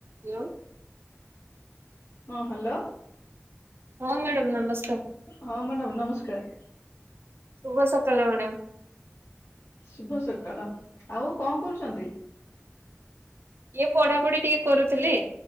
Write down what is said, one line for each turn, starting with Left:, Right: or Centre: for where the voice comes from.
Right: ହିଓ।
Left: ହଁ, ହ୍ୟାଲୋ।
Right: ହଁ, ମ୍ୟାଡ଼ାମ୍ ନମସ୍କାର।
Left: ହଁ, ମ୍ୟାଡ଼ାମ୍ ନମସ୍କାର।
Right: ଶୁଭ ସକାଳ ମାଡ଼ାମ୍।
Left: ଶୁଭ ସକାଳ ଆଉ କଣ କରୁଚନ୍ତି?
Right: ଇଏ ପଢାପଢି ଟିକେ କରୁଥିଲି।